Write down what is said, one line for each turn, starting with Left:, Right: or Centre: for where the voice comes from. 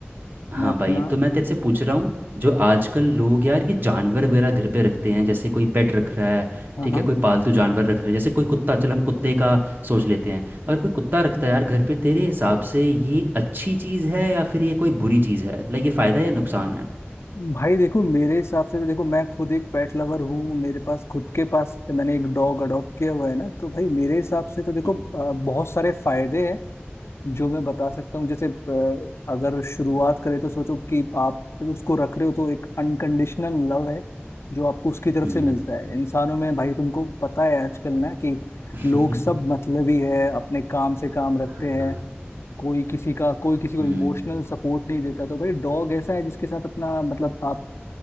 Right: हाँ
Left: मैं अपना
Right: भाई तो मैं तेरे से पूछ रहा हूँ जो आजकल लोग यार ये जानवर वगैरह घर पे रखते हैं जैसे कोई पेट रख रहा है
Left: हाँ
Right: ठीक
Left: हाँ
Right: है कोई पालतू जानवर रख रहा है जैसे कोई कुत्ता चल हम कुत्ते का सोच लेते हैं अगर कोई कुत्ता रखता है यार घर पे तेरे हिसाब से ये अच्छी चीज़ है या फिर ये कोई बुरी चीज़ है लाइक ये फ़ायदा है या नुकसान है
Left: भाई देखो मेरे हिसाब से तो देखो मैं खुद एक पेट लवर हूँ मेरे पास खुद के पास मैंने एक डॉग अडॉप्ट किया हुआ है ना तो भाई मेरे हिसाब से तो देखो
Right: हम्म
Left: अ, बहुत सारे फायदे हैं जो मैं बता सकता हूँ जैसे अ, अगर शुरुआत करें तो सोचो कि आप उसको रख रहे हो तो एक अनकंडीशनल लव है जो आपको उसकी तरफ
Right: हम्म
Left: से मिलता
Right: हम्म,
Left: है इंसानों में भाई तुमको पता है आजकल ना कि
Right: <laughs>
Left: लोग सब मतलबी है अपने काम से काम रखते
Right: हाँ,
Left: हैं कोई किसी का कोई किसी को
Right: हम्म,
Left: इमोशनल सपोर्ट नहीं देता तो भाई डॉग ऐसा है जिसके साथ अपना मतलब आप